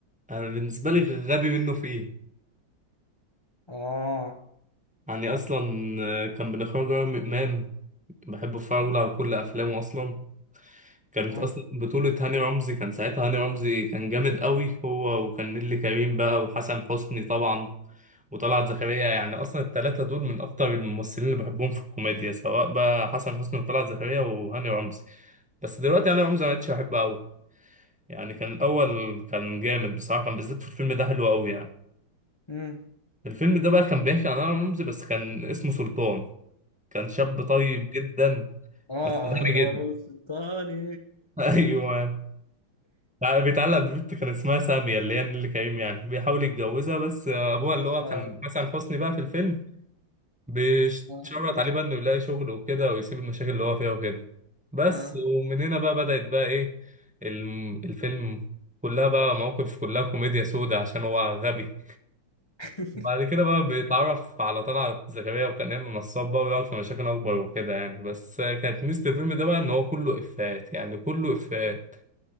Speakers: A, in the centre; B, on the left.
A: انا بالنسبه لي غبي منه في ايه
B: اه
A: يعني اصلا آه، كان من اخراج رامي امام بحب اتفرج له على كل افلامه اصلا كانت
B: اه
A: اصلا بطوله هاني رمزي كان ساعتها هاني رمزي كان جامد قوي هو وكان نيللي كريم بقى وحسن حسني طبعا وطلعت زكريا يعني اصلا الثلاثه دول من اكتر الممثلين اللي بحبهم في الكوميديا سواء بقى حسن حسني وطلعت زكريا وهاني رمزي بس دلوقتي هاني رمزي ما بقتش بحبه قوي يعني كان الاول كان جامد بصراحه كان بالذات في الفيلم ده حلو قوي يعني
B: امم
A: الفيلم ده بقى كان بيحكي عن انا رمزي بس كان اسمه سلطان كان شاب طيب جدا
B: اه
A: بس غبي
B: لو
A: جدا
B: انا السلطاني
A: <laughs> ايوه يعني بيتعلق ببنت كان اسمها سامية اللي هي نيللي كريم يعني بيحاول يتجوزها بس ابوها اللي هو
B: اه
A: كان حسن حسني بقى في الفيلم بيشرط
B: اه
A: عليه بقى انه يلاقي شغل وكده ويسيب المشاكل اللي هو فيها وكده بس
B: اه
A: ومن هنا بقى بدأت بقى ايه الم- الفيلم كلها بقى مواقف كلها كوميديا سودة عشان هو غبي
B: <laughs>
A: وبعد كده بقى بيتعرف على طلعت زكريا وكان ايمن نصاب بقى ويقعد في مشاكل اكبر وكده يعني بس كانت ميزة الفيلم ده بقى ان هو كله افيهات يعني كله افيهات